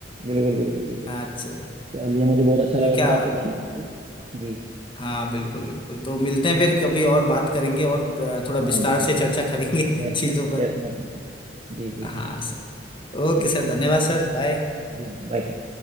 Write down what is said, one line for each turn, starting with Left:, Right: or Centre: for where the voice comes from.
Right: बिल्कुल बिल्कुल बिल्कुल
Left: अच्छा
Right: चलिए मुझे बहुत अच्छा लगा
Left: तो क्या
Right: सर आपसे बात करके जी
Left: हाँ बिल्कुल बिल्कुल तो मिलते हैं फिर कभी और बात करेंगे और अ, थोड़ा विस्तार
Right: हाँ बिल्कुल
Left: से चर्चा
Right: सर
Left: करेंगे
Right: डेफिनेटली
Left: <laughs> चीजों पर
Right: डेफिनेटली सर जी जी जी
Left: हाँ सर ओके
Right: जी
Left: सर धन्यवाद सर बाय
Right: जी बाय सर